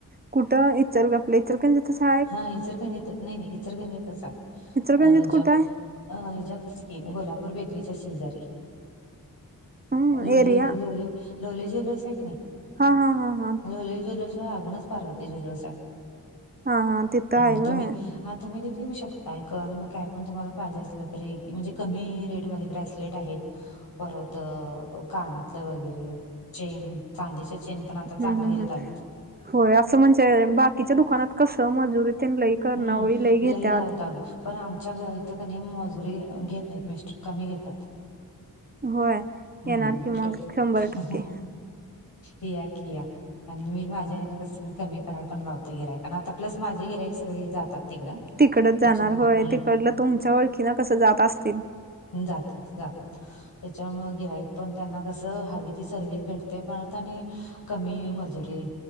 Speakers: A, on the right; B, on the left.
A: कुठ? इचलक- आपल्या इचलकरंजीतच हाय?
B: हा, इचलकरंजीत नाही -नाही इचलकरंजीतच आहे.
A: इचलकरंजीत
B: अ..
A: कुठं
B: जॉब.
A: आहे
B: अ.. हच्यात की, कोल्हापूर बेकरीच्या शेजारी.
A: हम्म
B: लोले,
A: एरिया
B: लोले, लोले ज्वेलर्स आहे की नाही-
A: हा हा हा हा
B: लोले ज्वेलर्सला लागूनच पार्वती ज्वेलर्स हाय.
A: हा, हा. तिथं
B: हं,
A: आहे व्हय
B: तुम्ही हा तुम्ही तिथे शकताय का आणि मग काय पण तुम्हाला पाहिजे असलं तरी, म्हणजे- कमी रेटमध्ये ब्रेसलेट आहेत. परत कानातलं वगैरे, चेन. चांदीच्या चेन पण आता
A: हम्म
B: चांगल्या
A: हम्म
B: ह्याजात
A: हम्म
B: आलेत.
A: होय, असं म्हणजे, बाकीच्या दुकानात कसं मजुरी ते लई- करणावळी
B: हम्म,
A: लई घेत्यात
B: लय लावतात. पण आमच्या इथं कणी मजुरी घेत नाहीत मिस्टर, कमी घेतात.
A: होय
B: हम्म.
A: येणार की मग शंभर
B: <unintelligible>
A: टक्के
B: या कि या, आणि मी माझ्या हेन कस, मी कमी कराय पण लावतो गिरायकाना, आता प्लस माझ गिरायक- सगळे जातात तिकडं.
A: तिकडच
B: त्याच्या
A: जाणार होय. तिकडल तुमच्या ओळखीन कसं जात असतील.
B: हूं जातात, जातात. त्याच्यामुळ गिराइक पण त्यांना कस हवी ती सर्व्हिस भेटते, परत आणि कमी मजुरी,